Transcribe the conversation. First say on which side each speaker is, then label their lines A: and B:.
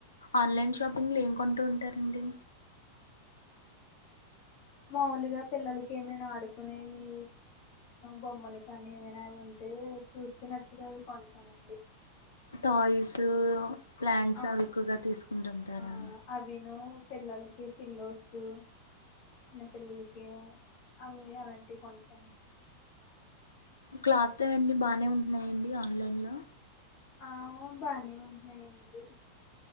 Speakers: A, on the left; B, on the left.
A: ఆన్లైన్ షాపింగ్ లో ఏం కొంటూంట్ టారండి
B: మాములుగా పిల్లలకి ఏమైనా ఆడుకునేవి బొమ్మలు కానీ ఏమైనా ఉంటే చూస్తే నచ్చిదవి కొంటానండి
A: టాయిసు ప్లాంట్స్
B: ఆ
A: అవి ఎక్కువగా తీసుకుంటుంటారా
B: ఆ అవిను పిల్లలకి పిల్లోస్ చిన్న పిల్లలకి అవ్వి అలాంటివి కొంటా
A: క్లాత్ అయన్నీ బానే ఉంటున్నాయండి ఆన్లైన్ లో
B: అవ్ బానే ఉంటున్నాయండి